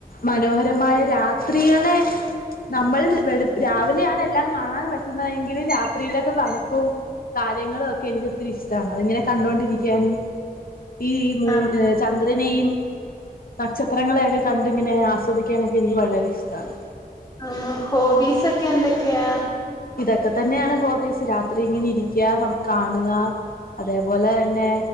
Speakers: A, on the left (about 65°); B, on the left (about 20°).
A: മനോഹരമായ രാത്രീകളെ നമ്മൾ വള്പ് രാവിലെയാണ് എല്ലാം കാണാൻ പറ്റുന്നതെങ്കിലും രാത്രിയില്ലാത്ത തണുപ്പും കാര്യങ്ങൾ ഒക്കെ എനിക്ക് ഒത്തിരി ഇഷ്ടമാണ് അത് എങ്ങനെ കണ്ടൊണ്ടിരിക്യാനും ഈ മൂൺ
B: ആഹ്
A: എ ചന്ദ് ന്ദ്രനെയും നക്ഷത്രങ്ങളെയൊക്കെ കണ്ടിങ്ങനെ ആസ്വദിക്കാനൊക്കെ എനിക്ക് വളരെ ഇഷ്ടാണ്
B: ആഹ് ഹോബീസൊക്കെ എന്തൊക്കെയാ
A: ഇതൊക്കെ തന്നെയാണ് ഹോബീസ് രാത്രി ഇങ്ങനെ ഇരിക്യാ കാൺആ അതേപോലെന്നെ